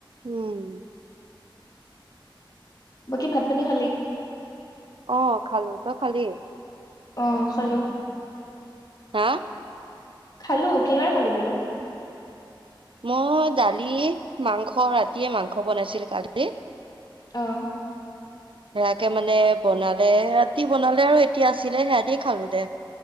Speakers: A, on the right; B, on the left.
A: উম।
B: বাকী ভাত পানী খালি।
A: অ খালো ত খালি?
B: আহ খালোঁ।
A: হা।
B: খালো, কিহেৰে খালি বোলো?
A: মই দালি, মাংস ৰাতিয়ে মাংস বনাইছিলো কালি।
B: অহ।
A: সেয়াকে মানে, বনালে ৰাতি বনালে আৰু এতিয়া আছিলে সেইহাদি খালো দে।